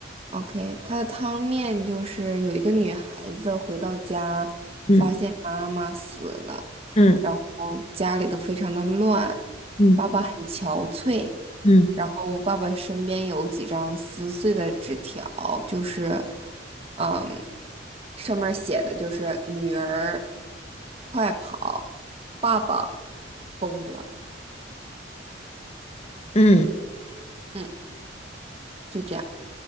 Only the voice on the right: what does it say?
OK，它的汤面就是有一个女孩子回到家，
发现妈妈死了，
然后家里都非常的乱，
爸爸很憔悴。
然后爸爸身边有几张撕碎的纸条，就是，嗯，上面写的就是“女儿，快跑，爸爸疯了”，
嗯，就这样，